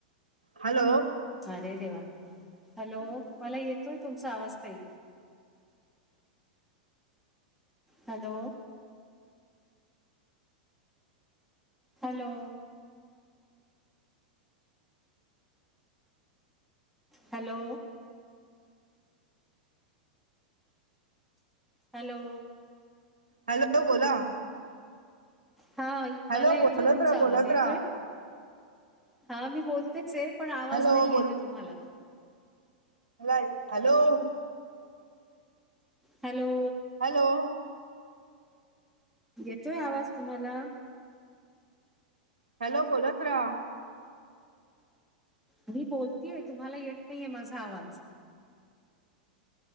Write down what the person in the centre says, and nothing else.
अरे देवा हॅलो मला येतोय तुमचा आवाज ताई. Hello. Hello. Hello. Hello.
हा
मला येतोय
तुमचा
आवाज येतोय
हा मी बोलतेचेय. पण आवाज
नाही येते तुम्हाला.
हॅलो.
येतोय आवाज तुम्हाला?
मी बोलतेय तुम्हाला येत नाहीये माझा आवाज.